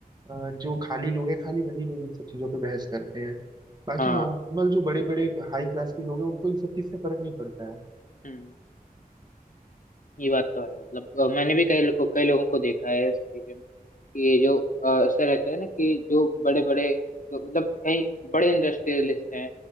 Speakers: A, on the right (about 25°); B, on the left (about 55°).
A: अ, जो खाली लोग हैं खाली वही लोग इन सब चीजों पे बहस करते हैं बाकी
B: हाँ
A: नॉर्मल जो बड़े बड़े हाई क्लास के लोग हैं उनको इन सब चीज से फर्क नहीं पड़ता है
B: हम्म ये बात तो है मतलब अ, मैंने भी कई लोगों कई लोगों को देखा है इस चीज़ में कि जो अ, ऐसा रहता है ना कि जो बड़े बड़े जो मतलब कहीं बड़े इंडस्ट्रियलिस्ट हैं